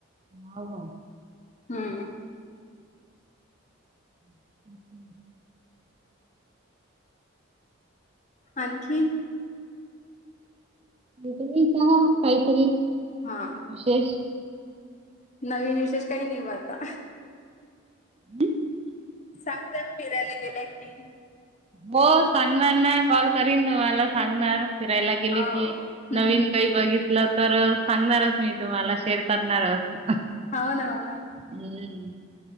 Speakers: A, on the right (about 30°); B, on the left (about 35°).
A: हो
B: हम्म
A: <unintelligible>
B: आणखी?
A: तु्म्ही <unintelligible> काहीतरी
B: हा
A: विशेष
B: नवीन विशेष काही ब आता.
A: <unintelligible>
B: सांगजा फिरायला गेल्या की.
A: हो सांगणार ना कॉल करीन तुम्हाला सांगणार. फिरायला गेले
B: हो
A: की
B: हम्म
A: नवीन काही बघितलं तर सांगणारच मी तुम्हाला शेअर करणारच.
B: हो ना हो ना
A: हम्म.